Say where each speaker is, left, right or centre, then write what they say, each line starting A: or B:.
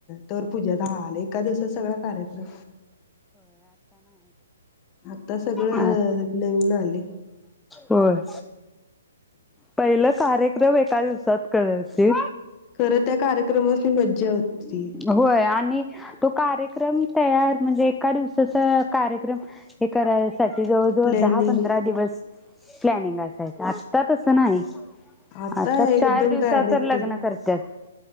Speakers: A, on the left (about 30°); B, in the centre.
A: तर झाल एका दिवसात सगळा कार्यक्रम आता सगळं
B: अ
A: नवीन आले
B: होय पहिल कार्यक्रम एक का दिवसात करते.
A: खरं त्या कार्यक्रमात ती मज्जा होती.
B: होय आणि तो कार्यक्रम तयार म्हणजे एका दिवसाचा कार्यक्रम हे कराय साठी जवळ जवळ
A: प्लॅनिंग
B: दहा पंधरा दिवस प्लॅनी‌ग असायच आता तस च नाही.
A: आताय
B: आता
A: एकदम
B: चार दिवसात
A: डायरेक्ट
B: तर लग्न करतात